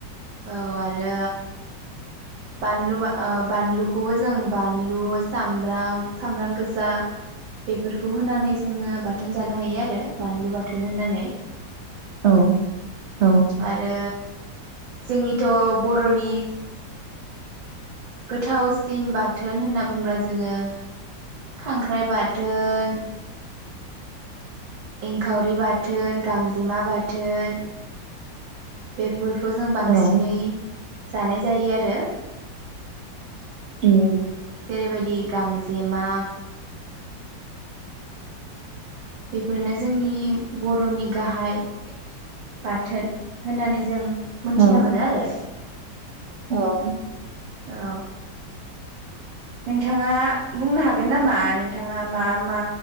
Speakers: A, on the right; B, on the right.
A: औ आरो बानलु ओ बानलुखौबो जों बानलु सामब्राम सामब्राम गोजा बेफोरखौ होनानै जोङो बाथोन जानो हायो आरो बानलु बाथोन होननानै
B: औ औ
A: आरो जोंनिथ' बर'नि गोथावसिन बाथोन होनना बुंब्ला जोङो खांख्राइ बाथोन एंखावरि बाथ थोन गांजेमा बाथ थोन बे फोरफोरखौ जों बांसिनै
B: औ
A: जानाय जायो आरो
B: उम
A: जेरैबायदि गांजेमा बेफोरनो जोंनि बर'नि गाहाय बाथोन होननानै जों मोनथिना
B: औ
A: मोनो आरो
B: औ
A: औ नोंथाङा बुंनो हागोन नामा नोंथाङा मा मा